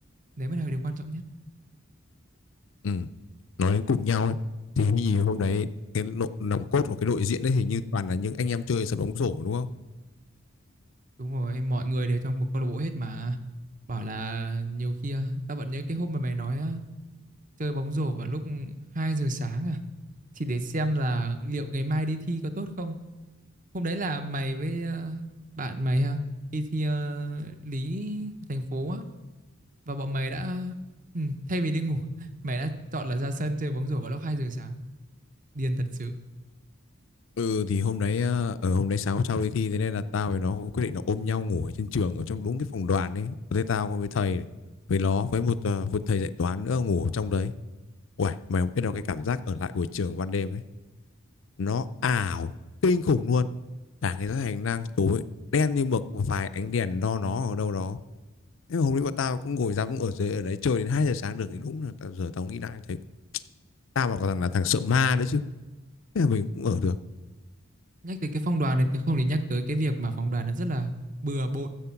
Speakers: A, on the right (about 40°); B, on the left (about 60°).
A: Đấy mới là điều quan trọng nhất.
B: ừ. nói đến cùng nhau ấy, thì hình như hôm đấy cái lộ, nòng cốt của cái đội diễn đấy hình như toàn là những anh em chơi sập bóng rổ đúng không
A: Đúng rồi, mọi người đều trong một câu lạc bộ hết mà. Bảo là nhiều khi à, tao vẫn nhớ cái hôm mà mày nói à, chơi bóng rổ vào lúc 2 giờ sáng à thì để xem là liệu ngày mai đi thi có tốt không Hôm đấy là mày với ờ, bạn mày ha đi thi ờ, lý thành phố á và bọn mày đã ừ, thay vì đi ngủ <laughs> mày đã chọn là ra sân chơi bóng rổ vào lúc 2 giờ sáng điên thật sự
B: ừ thì hôm đấy ờ, ở hôm đấy sáng sau đi thi thế nên là tao với nó quyết định là ôm nhau ngủ ở trên trường ở trong đúng cái phòng đoàn ấy thế tao với thầy với nó với một ờ, một thầy dạy toán nữa ngủ trong đấy Uầy, mày không biết đâu cái cảm giác ở lại buổi trường ban đêm ấy nó ảo kinh khủng luôn cả cái hành lang tối đen như mực và vài ánh đèn no nó ở đâu đó thế mà hôm nay bọn tao cũng ngồi dám cũng ở dưới ở đấy chơi đến 2 giờ sáng được thì đúng là tao giờ tao nghĩ lại thấy tao mà còn thằng là thằng sợ ma đấy chứ thế là mình cũng ở được
A: nhắc tới cái phong đoàn này tôi không thể nhắc tới cái việc mà phong đoàn nó rất là bừa bộn